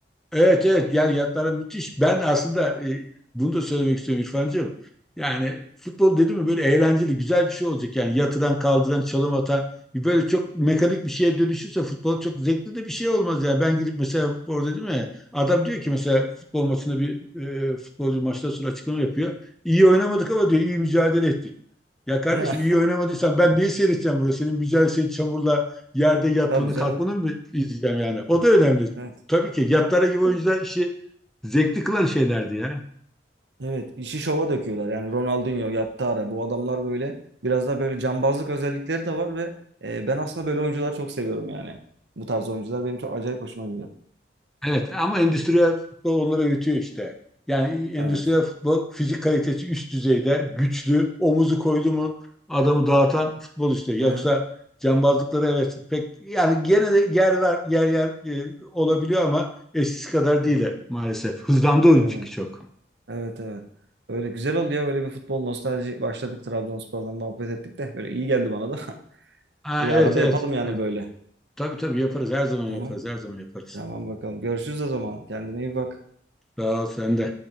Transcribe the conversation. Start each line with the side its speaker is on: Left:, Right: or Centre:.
Centre: Evet evet yani yatlara müthiş. Ben aslında e, bunu da söylemek istiyorum İrfancığım. Yani futbol dedim mi böyle eğlenceli güzel bir şey olacak. Yani yatıran kaldıran çalım atan böyle çok mekanik bir şeye dönüşürse futbol çok zevkli de bir şey olmaz yani. Ben gidip mesela orada değil mi? Adam diyor ki mesela futbol maçında bir e, futbolcu maçtan sonra açıklama yapıyor. İyi oynamadık ama diyor iyi mücadele ettik. Ya kardeşim
Right: Ya
Centre: iyi oynamadıysan ben neyi seyredeceğim burada? Senin mücadele, senin çamurla yerde yatmanı
Right: <laughs> tabii canım.
Centre: kalkmanı mı izleyeceğim yani? O da önemli.
Right: Evet.
Centre: Tabii ki yatlara gibi oyuncular işi zevkli kılan şeylerdi ya.
Right: Evet, işi şova döküyorlar yani Ronaldinho, Yattara bu adamlar böyle biraz da böyle cambazlık özellikleri de var ve e, ben aslında böyle oyuncuları çok seviyorum yani. Bu tarz oyuncular benim çok acayip hoşuma gidiyor.
Centre: Evet ama endüstriyel futbol onları öğütüyor işte. Yani endüstriyel
Right: Evet.
Centre: futbol fizik kalitesi üst düzeyde, güçlü, omuzu koydu mu adamı dağıtan futbol işte. Yoksa
Right: <laughs>
Centre: cambazlıkları evet pek yani gene de yer ver yer yer e, olabiliyor ama eskisi kadar değil
Right: Aha.
Centre: maalesef. Hızlandı oyun
Right: Evet.
Centre: çünkü çok.
Right: Evet evet. Öyle güzel oldu ya böyle bir futbol nostalji başladık Trabzonspor'dan muhabbet ettik de böyle iyi geldi bana da. <laughs>
Centre: Ha,
Right: Yine
Centre: evet,
Right: arada
Centre: evet
Right: yapalım yani
Centre: evet.
Right: böyle.
Centre: Tabii tabii yaparız her zaman
Right: Tamam.
Centre: yaparız her zaman yaparız.
Right: Tamam bakalım. Görüşürüz o zaman. Kendine iyi bak.
Centre: Sağ ol sen de.